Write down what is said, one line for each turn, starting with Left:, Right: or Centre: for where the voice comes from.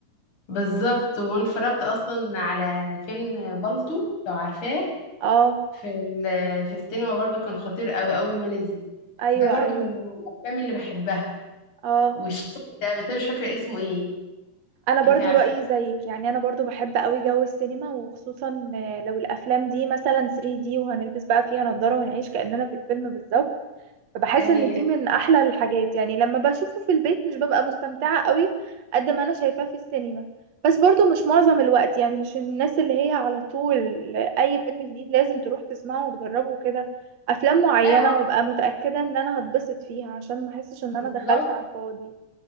Left: بالظبط وانا اتفرجت اصلا على فيلم بالطو لو عارفاه
Right: اه
Left: في ال- في السينما برضو كان خطير قوي اول ما نزل
Right: ايوه
Left: ده برضو
Right: ايوه
Left: من الافلام اللي بحبها
Right: اه
Left: والشاب ده بس انا مش فاكره اسمه ايه
Right: انا برضو
Left: انت عارفه
Right: رايي زيك يعني انا برضو بحب قوي جو السينما وخصوصا آه، لو الافلام دي مثلا 3D وهنلبس بقى فيها نضاره ونعيش كاننا في الفيلم بالظبط فبحس
Left: اي
Right: ان دي من احلى الحاجات يعني لما بشوفه في البيت مش ببقى مستمتعة قوي قد ما انا شايفاه في السينما بس برضو مش معظم الوقت يعني مش الناس اللي هي على طول اي فيلم جديد لازم تروح تسمعه وتجربه وكده افلام معينة
Left: لا و-
Right: وابقى متأكدة ان انا هتبسط فيها عشان ما احسش ان انا
Left: بالظبط
Right: دخلت على الفاضي